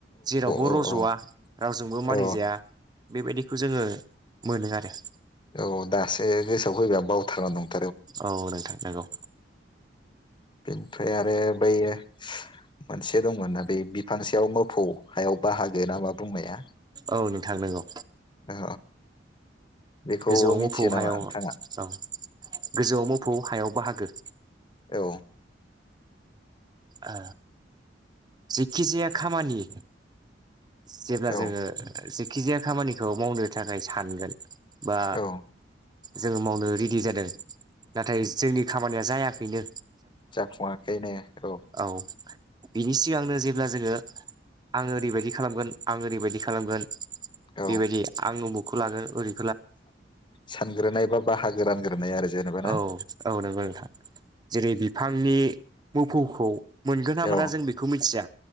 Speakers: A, on the right; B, on the left.
A: जेरावबो
B: औ
A: रज'वा
B: औ
A: रावजोंबो मानिजाया
B: औ
A: बेबायदिखौ जोङो मोनो आरो
B: औ दासो गोसोआव फैबाय आं बावथारना दं ।
A: औ नोंथां नोंगौ।
B: बिनिफ्राय आरो बैयो मोनसे दंमोना बे बिफां सायाव मोफौ हायाव बाहागो ना मा बुंनाया
A: औ नोंथां नोंगौ।
B: अ बेखौ
A: गोजौआव
B: मिथियो
A: मोफौ
B: नामा
A: हायाव
B: नोंथाङा
A: औ गोजौआव मोफौ हायाव बाहाग गो
B: औ
A: आ जिखिजाया खामानि जेब्ला
B: औ
A: जोङो जिक खिजाया खामानिखौ मावनो थाखाय सानगोन। बा
B: औ
A: जोङो मावनो रेडि जादों। नाथाय जोंनि खामानिया जाया बेनो
B: जाफुंआखै ने औ
A: औ बिनि सिगांनो जेब्ला जोङो आङो ओरैबायदि खालामगोन आं ओरैबायदि खालामगोन
B: औ
A: बेबायदि आं लागोन ओरै
B: सानग्रोनाय बा बाहागो रानग्रोनाय आरो जेनेबा ना
A: औ औ नंगौ नोंथां जेरै बिफांनि <unintelligible> मोनगोन ना मोना
B: औ
A: जों बेखौ मिथिया